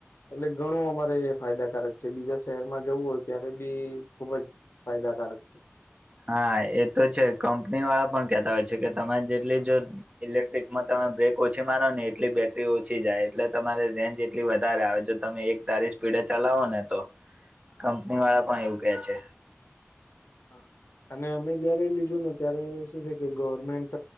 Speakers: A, on the left; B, on the right.
A: એટલે ઈ ઘણું અમારે ફાયદાકારક છે. બીજા શહેરમાં જવું હોય ત્યારે બી ખુબ જ ફાયદાકારક છે.
B: હા એ તો છે. કંપની વાળા પણ કહેતા હોય છે કે તમે જેટલી જો જ ઇલેક્ટ્રિકમાં તમે બ્રેક ઓછી મારો ને એટલી બેટરી ઓછી જાય. એટલે તમારે રેન્જ એટલી વધારે આવે. જો તમે એક ધારી સ્પીડે ચલાવો ને તો. કંપનીવાળા પણ એવું કહે છે.
A: હા. અને અમે જયારે લીધું ને ત્યારે શું છે કે ગવર્મેન્ટ